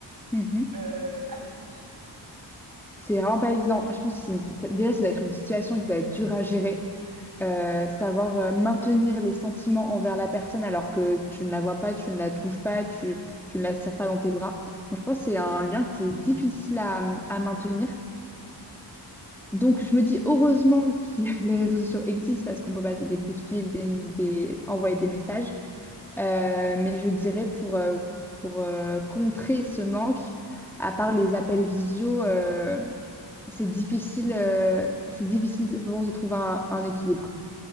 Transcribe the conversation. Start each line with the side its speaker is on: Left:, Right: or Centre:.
Centre: Hmm, hmm.
Right: euh, à distance.
Centre: C'est vraiment pas évident. Je pense que c'est une- ça- déjà, ça doit être une situation qui doit être dure à gérer. Euh, savoir euh, maintenir les sentiments envers la personne alors que tu ne la vois pas, tu ne la touches pas, tu, tu ne la serres pas dans tes bras. Donc, je pense que c'est un lien qui est difficile à, à maintenir. Donc, je me dis heureusement que <laughs> les réseaux sociaux existent parce qu'on peut passer des coups de fil, des, des- envoyer des messages. Euh, mais je dirais pour, euh, pour euh, contrer ce manque, à part les appels visio. euh, c'est difficile, euh, c'est difficile, je pense, de trouver un, un équilibre.